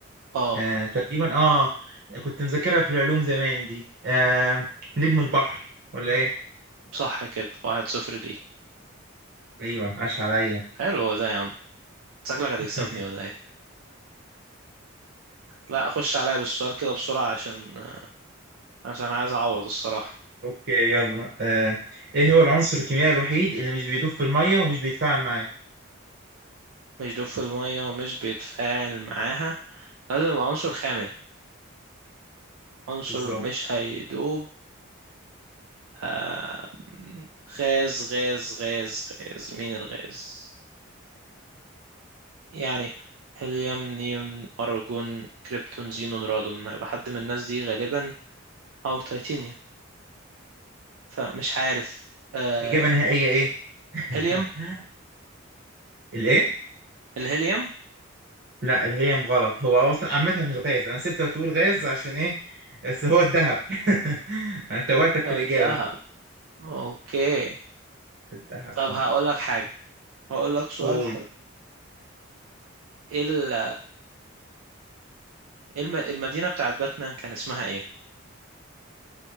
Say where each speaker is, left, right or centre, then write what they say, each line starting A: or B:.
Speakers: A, on the right; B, on the right.
A: اه
B: آه تقريبا اه كنت مذاكرها في العلوم زمان دي آه نجم البحر ولا ايه
A: صح كده واحد صفر ليك
B: ايوه عاش عليا
A: حلو ده يا عم شكلك هتكسبني
B: <laughs>
A: ولا ايه لا اخش عليا بالسؤال كده بسرعة عشان عشان عايز اعوض الصراحة
B: اوكي يلا آه. ايه هو العنصر الكيميائي الوحيد اللي مش بيدوب في الميه ومش بيتفاعل معاه
A: مش دوب في المية ومش بيتفاعل معاها لازم يبقى عنصر خامل فعنصر
B: بالظبط
A: مش هيدوب آه، غاز غاز غاز غاز مين الغاز يعني هيليوم نيون أرجون كريبتون زينون رادون هيبقى حد من الناس دي غالبا أو تيتانيوم فمش عارف آم،
B: اجابه نهائيه ايه <laughs>
A: هيليوم
B: الايه
A: الهيليوم
B: لا الهيليوم غلط هو اصلا عامه مش غاز انا سبت تقول غاز عشان ايه بس هو الذهب <laughs> انا توهتك
A: آه،
B: في الاجابه
A: الذهب اوكي
B: الذهب
A: طب
B: اه
A: هقول لك حاجة هقول لك سؤال
B: قول
A: حلو ايه ال- إيه الم- المدينة بتاعت باتمان كان اسمها ايه